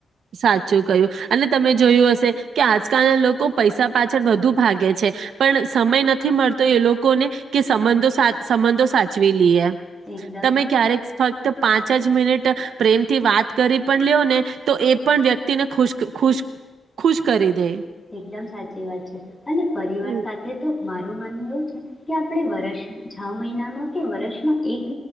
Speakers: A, on the right (about 85°); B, on the left (about 20°).
A: સાચું કયું અને તમે જોયું હશે કે આજકાલના લોકો પૈસા પાછળ વધુ ભાગે છે, પણ સમય નથી, મળતો એ લોકોને કે સંબંધો, સંબંધો સાચવી લઈએ.
B: એકદમ
A: તમે
B: સાચું.
A: ક્યારેક <unintelligible> પાંચ જ મિનિટ પ્રેમ થી વાત કરી પણ લ્યો ને તો એ પણ વ્યક્તિને ખુશ ખુશ ખુશ કરી દે.
B: એકદમ સાચી વાત છે, અને પરિવાર
A: હમ.
B: સાથે તો મારું માનવું એવું છે કે આપણે વરસ છે મહિનામાં કે વર્ષમાં એક